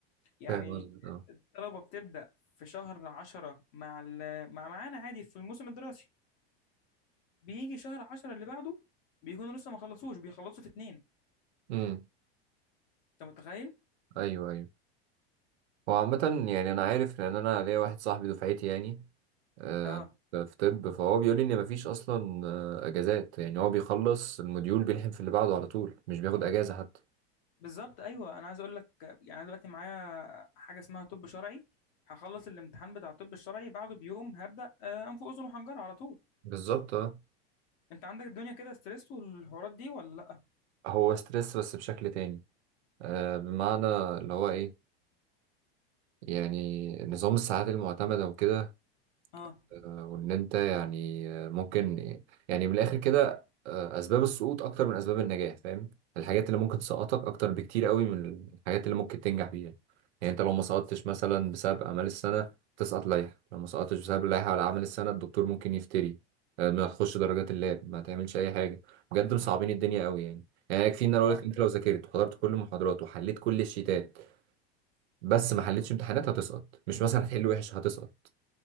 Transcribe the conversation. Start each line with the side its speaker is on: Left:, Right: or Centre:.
Left: يعني
Right: فاهم قصدك اه
Left: الطلبة بتبدأ في شهر عشرة مع ال... مع معانا عادي في الموسم الدراسي بيجي شهر عشرة اللي بعده بيكونوا لسه ما خلصوش بيخلصوا في اتنين
Right: امم
Left: انت متخيل؟
Right: ايوه ايوه هو عامه يعني انا عارف لان انا ليا واحد صاحبي دفعتي يعني آه،
Left: اه
Right: في طب فهو بيقول لي ان مفيش اصلا آه، اجازات يعني هو بيخلص الموديول بيلحم في اللي بعده على طول مش بياخد اجازه حتى
Left: بالظبط ايوه انا عايز اقول لك يعني أنا دلوقتي معايا حاجة اسمها طب شرعي هخلص الامتحان بتاع الطب الشرعي بعده بيوم هبدأ آه، انف واذن وحنجرة على طول
Right: بالظبط اه
Left: انت عندك الدنيا كده ستريس والحوارات دي ولا لا؟
Right: هو ستريس بس بشكل تاني آه، بمعنى اللي هو ايه يعني نظام الساعات المعتمدة وكده
Left: اه
Right: آه، وان انت يعني آه، ممكن يعني من الاخر كده آه، اسباب السقوط اكتر من اسباب النجاح فاهم الحاجات اللي ممكن تسقطك اكتر بكتير قوي من الحاجات اللي ممكن تنجح بيها يعني انت لو ما سقطتش مثلا بسبب اعمال السنة تسقط لائحة لو ما سقطتش بسبب اللائحة على اعمال السنة الدكتور ممكن يفتري آه، ما تخش درجات اللاب ما تعملش اي حاجة بجد مصعبين الدنيا قوي يعني يعني يكفي ان انا اقول
Left: اه
Right: لك انت لو ذاكرت وحضرت كل المحاضرات وحليت كل الشيتات بس ما حلتش امتحانات هتسقط مش مثلا هتحل وحش هتسقط